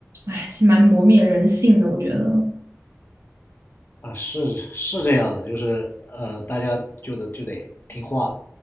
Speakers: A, on the right; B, on the left.
A: 哎，是蛮磨灭人性的，我觉得。
B: 啊，是是这样的，就是呃，大家就得就得听话了，